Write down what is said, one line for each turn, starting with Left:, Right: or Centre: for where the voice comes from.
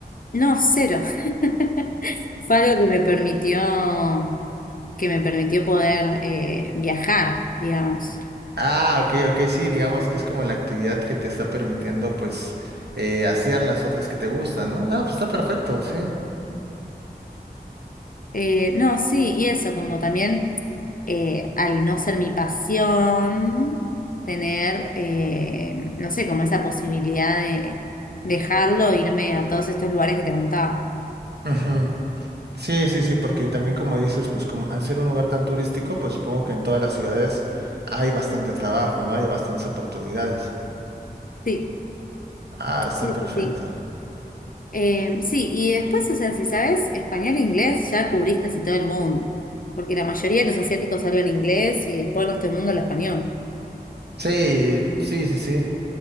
Left: no, cero. <laughs> Fue algo que me permitió, que me permitió poder eh, viajar, digamos.
Right: Ah, ok, ok, sí, digamos que es como la actividad que te está permitiendo pues eh, hacer las otras que te gustan, ¿no? Ah, pues está perfecto, sí.
Left: Eh, no, sí, y eso, como también eh, al no ser mi pasión, tener, eh, no sé, como esa posibilidad de dejarlo, irme a todos estos lugares que te contaba.
Right: Ujú. Sí, sí, sí, porque también como dices, pues como al ser un lugar tan turístico, pues supongo que en todas las ciudades hay bastante trabajo, ¿no? Hay bastantes oportunidades.
Left: Sí.
Right: Ah, está
Left: Sí,
Right: perfecto.
Left: sí, sí. Eh, sí, y después, o sea, si sabes español e inglés, ya cubrís casi todo el mundo, porque la mayoría de los asiáticos hablan inglés y después el resto del mundo habla español.
Right: Sí, sí, sí, sí.